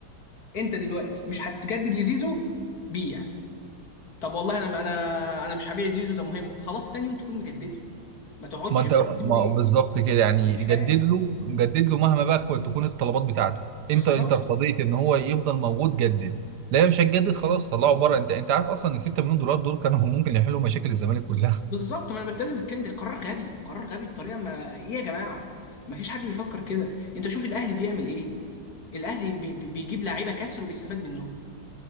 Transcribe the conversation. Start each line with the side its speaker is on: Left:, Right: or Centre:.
Left: انت دلوقتي مش هتجدد لزيزو بيع طب والله انا انا انا مش هبيع زيزو ده مهم خلاص تاني يوم تكون مجدد له ما تقعدش
Right: ما انت
Left: هتسيبه
Right: ما
Left: ليه
Right: بالظبط كده يعني
Left: مش
Right: جدد
Left: فاهم
Right: له جدد له مهما بقى كو- تكون الطلبات بتاعته
Left: بالظبط
Right: انت انت ارتضيت ان هو يفضل موجود جدد لا مش هتجدد خلاص طلعه بره انت انت عارف اصلا ان 6 مليون دولار دول كانوا ممكن يحلوا مشاكل الزمالك كلها
Left: بالظبط ما انا بتكلم الكلام ده قرار غبي قرار غبي بطريقه ما ايه يا جماعه ما فيش حد بيفكر كده انت شوف الاهلي بيعمل ايه الاهلي بي... بي- بيجيب لعيبه كسر وبيستفاد منهم